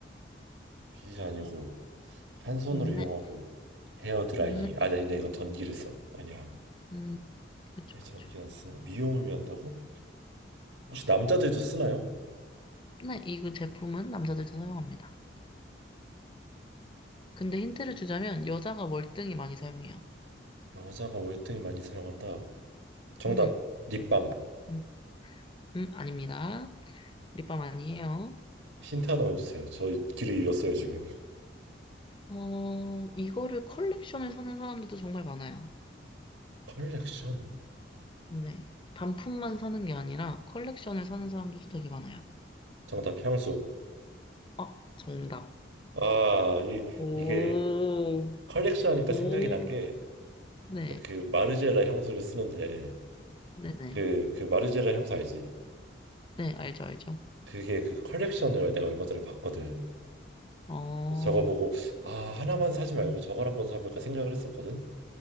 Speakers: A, on the right; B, on the left.
A: 빗이 아니고 한 손으로
B: 음,
A: 이용하고
B: 네,
A: 헤어 드라이기.
B: 음, 네,
A: 아, 아닌데 이건 전기를 써. 아니야.
B: 음, 그쵸,
A: 네, 전기
B: 그쵸.
A: 안 쓰는 거. 미용을 위한다고? 혹시 남자들도 쓰나요?
B: 네, 이 그 제품은 남자들도 사용합니다. 근데 힌트를 주자면 여자가 월등히 많이 사용해요.
A: 여자가 월등히 많이 사용한다. 정답
B: 네,
A: 립밤.
B: 음, 음, 아닙니다. 립밤 아니에요.
A: 힌트 하나만 주세요. 저 길을 잃었어요 지금.
B: 어, 이거를 컬렉션을 사는 사람들도 정말 많아요.
A: 컬렉션.
B: 네, 단품만 사는 게 아니라 컬렉션을 사는 사람들도 되게 많아요.
A: 정답 향수.
B: 어, 정답.
A: 아, 이,
B: 오,
A: 이게 컬렉션 하니까
B: 오.
A: 생각이 난 게
B: 네,
A: 그 마르제라 향수를 쓰는데
B: 네네.
A: 그, 그 마르제라 향수 알지?
B: 네, 알죠, 알죠.
A: 그게 그 컬렉션을 내가 얼마 전에 봤거든.
B: 어,
A: 그래서 저거 보고 아 하나만 사지 말고
B: 음,
A: 저걸 한번 사볼까 생각을 했었거든.